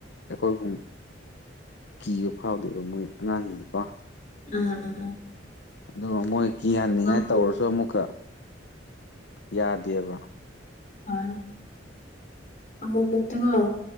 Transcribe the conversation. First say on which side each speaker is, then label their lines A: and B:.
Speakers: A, on the left; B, on the left.
A: ꯑꯩꯈꯣꯏꯕꯨ ꯀꯤꯕ ꯐꯥꯎꯗꯦꯕ ꯃꯣꯏ ꯑꯉꯥꯡꯖꯤꯡꯅꯀꯣ
B: ꯑꯥ ꯑꯥ ꯑꯥ
A: ꯑꯗꯨꯒ ꯃꯣꯏ ꯀꯤꯍꯟꯅꯤꯡꯉꯥꯏ
B: ꯑꯥ
A: ꯇꯧꯔꯁꯨ ꯑꯃꯨꯛꯀ ꯌꯥꯗꯦꯕ
B: ꯍꯣꯢ ꯑꯃꯨꯛ ꯃꯨꯛꯇꯤ ꯀꯣ